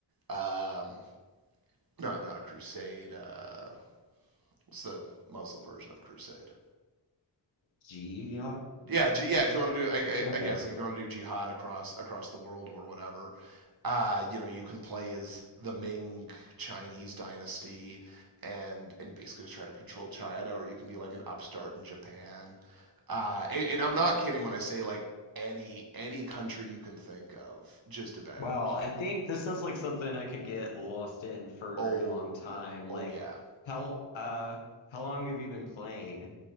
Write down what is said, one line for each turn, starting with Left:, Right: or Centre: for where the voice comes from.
Right: um, not not a crusade, uh, what's the Muslim version of a crusade?
Left: G
Right: yeah, yeah. If you want to do, I,
Left: okay.
Right: I, guess, like if you want to do jihad across across the world or whatever, uh, you know, you can play as the Ming Chinese dynasty and and basically just try to control China, or you can be like an upstart in Japan. Uh, and, and I'm not kidding when I say like any any country you can think of, just about.
Left: Well, I think this sounds like something I could get lost in for
Right: Oh,
Left: a very long time. Like
Right: oh yeah.
Left: how uh how long have you been playing?